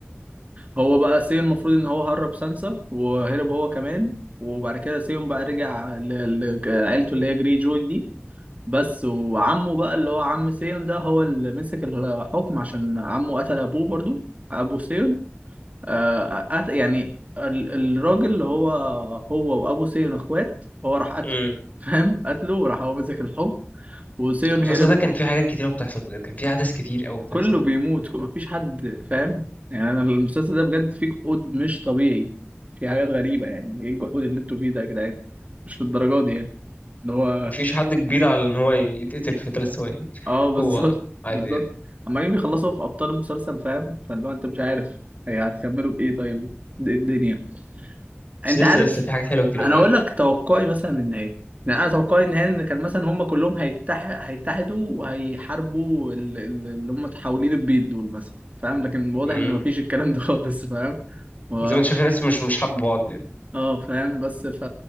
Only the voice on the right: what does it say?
هو بقى سي المفروض ان هو هرب سانسا وهرب هو كمان وبعد كده سيون بقى رجع ل- لعيلته اللي هي جري جوي دي بس وعمه بقى اللي هو عم سيون ده هو اللي مسك الحكم عشان عمه قتل ابوه برضو ابو سيون آه قت- يعني ال- الراجل اللي هو هو وابو سيون اخوات هو راح قتله
فاهم قتله وراح هو مسك الحكم وسيون
هرب
كله بيموت مفيش حد فاهم يعني انا المسلسل ده بجد فيه جحود مش طبيعي في حاجات غريبة يعني ايه الجحود اللي انتوا فيه ده يا جدعان مش للدرجة دي يعني اللي هو
<laughs>
اه بالظبط
بالظبط
عمالين بيخلصوا في ابطال المسلسل فاهم فاللي هو انت مش عارف هي هتكملوا بايه طيب إيه الدنيا
انت
عارف
انا اقول
لك توقعي مثلا النهائي يعني انا توقعي النهائي ان كان مثلا هم كلهم هيتحد هيتحدوا وهيحاربوا ال- ال- اللي هم حاولين البيض دول مثلا فاهم لكن واضح
ان مفيش الكلام ده <laughs> خالص فاهم و...
اه فاهم بس ف